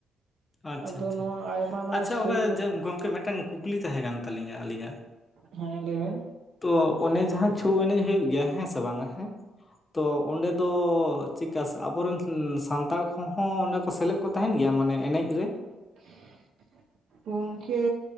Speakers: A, on the left; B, on the right.
A: ᱟᱪᱷᱟ
B: ᱟᱫᱚ
A: ᱟᱪᱷᱟ᱾
B: ᱱᱚᱣᱟ ᱟᱭᱢᱟ ᱱᱚᱣᱟ
A: ᱟᱪᱷᱟ
B: ᱥᱩᱨ
A: ᱚᱱᱟ
B: ᱠᱚ
A: ᱡᱚᱵ ᱜᱚᱝᱠᱮ ᱢᱤᱫᱴᱟᱝ ᱠᱩᱠᱞᱤ ᱛᱟᱦᱮᱸ ᱠᱟᱱ ᱛᱟᱹᱞᱤᱧᱟ ᱟᱹᱞᱤᱧᱟᱜ᱾
B: ᱦᱮᱸ ᱞᱟᱹᱭ ᱵᱮᱱ᱾
A: ᱛᱚ ᱚᱱᱮ ᱡᱟᱦᱟᱸ ᱪᱷᱳ ᱮᱱᱮᱡ ᱦᱩᱭᱩᱜ ᱜᱮᱭᱟ ᱦᱮᱸ ᱥᱮ ᱵᱟᱝᱟ ᱦᱮᱸ᱾ ᱛᱚ ᱚᱸᱰᱮ ᱫᱚ ᱪᱮᱠᱟ ᱟᱵᱚᱨᱮᱱ ᱥᱟᱱᱛᱟᱲ ᱠᱚᱦᱚᱸ ᱚᱸᱰᱮ ᱠᱚ ᱥᱮᱞᱮᱫ ᱠᱚ ᱛᱟᱦᱮᱱ ᱜᱮᱭᱟ ᱢᱟᱱᱮ ᱮᱱᱮᱡ? ᱨᱮ?
B: <inaudible> ᱜᱚᱝᱠᱮ